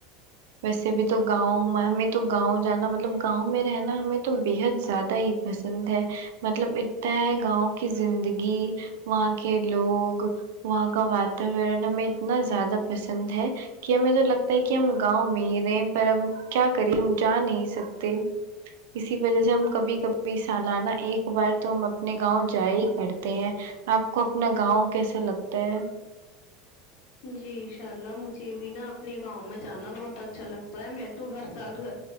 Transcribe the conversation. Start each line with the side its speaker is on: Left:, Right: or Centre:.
Right: ویسے بھی تو گاؤں ہمیں تو گاؤں جانا مطلب گاؤں میں رہنا ہمیں تو بےحد زیادہ ہی پسند ہے مطلب اتنا ہے گاؤں کی زندگی وہاں کے لوگ وہاں کا واتاورن ہمیں اتنا زیادہ پسند ہے کہ ہمیں تو لگتا ہے کہ ہم گاؤں میں ہی رہیں پر اب کیا کریں ہم جا نہیں سکتے اسی وجہ سے ہم کبھی کبھی سالانہ ایک بار تو ہم اپنے گاؤں جا ہی کرتے ہیں آپ کو اپنا گاؤں کیسے لگتا ہے
Left: جی ان شاء اللہ مجھے بھی نا اپنے گاؤں میں جانا بہت اچھا لگتا ہے میں تو ہر سال گ